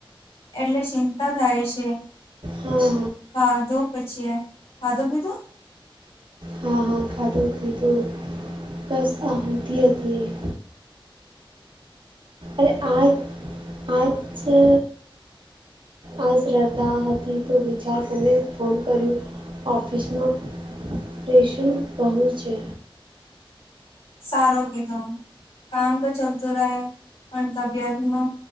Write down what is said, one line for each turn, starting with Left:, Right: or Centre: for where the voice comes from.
Left: એટલે ચિંતા થાય છે
Right: હા હા
Left: હા ધો પછી. હધ ભીધું.
Right: હા હા ખાધું પીધું. બસ આતી હતી હ. અરે આજ આજે. આજ રતા હતી તો વિચાર તને ફોન કર્યો. ઓફિસમાં પ્રેશન બહુ છે.
Left: સારો કીધું કામ તો ચાલતું રહ પણ તબિયત નુ.